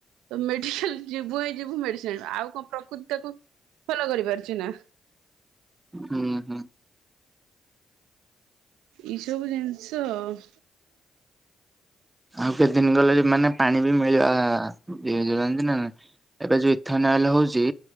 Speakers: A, on the right; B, on the right.
A: ତ ମେଡିସିଲ ଯିବୁ ହିଁ ଯିବୁ ମେଡିସିନ ଆଉ କଣ ପ୍ରକୃତି ତାକୁ ଭଲ କରିପାରୁଛି ନା।
B: ହୁଁ ହୁଁ।
A: ଏଇସବୁ ଜିନିଷ ଆଉ।
B: ଆଉ କେତେ ଦିନ ଗଲେ ମାନେ ପାଣି ବି ମିଳିବା ଇଏ ହେଇଯିବ ଜାଣିଚୁ ନା ନାହିଁ। ଏବେ ଯୋଉ ଇଥନଲ ହଉଛି।